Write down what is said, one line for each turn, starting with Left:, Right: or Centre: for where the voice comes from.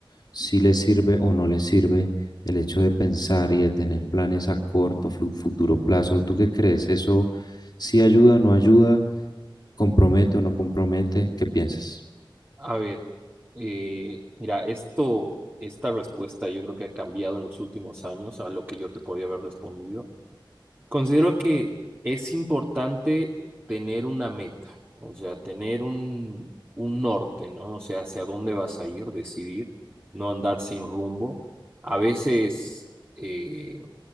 Left: sí le sirve o no le sirve el hecho de pensar y de tener planes a corto, flu- futuro plazo? ¿Tú qué crees? ¿Eso sí ayuda o no ayuda? ¿Compromete o no compromete? ¿Qué piensas?
Right: A ver, eh, mira, esto, esta respuesta yo creo que ha cambiado en los últimos años a lo que yo te podía haber respondido. Considero que es importante tener una meta, o sea, tener un, un norte, ¿no? O sea, hacia dónde vas a ir, decidir, no andar sin rumbo. A veces... eh,